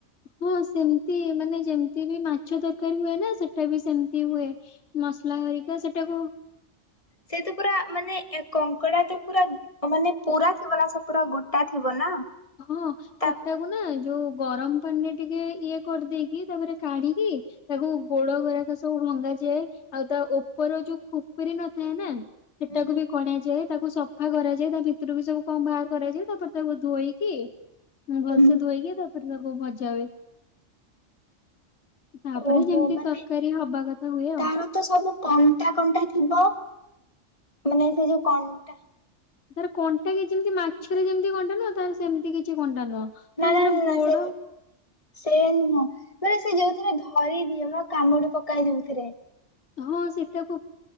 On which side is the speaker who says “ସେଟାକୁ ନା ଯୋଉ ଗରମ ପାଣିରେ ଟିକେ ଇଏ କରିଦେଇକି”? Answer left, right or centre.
Left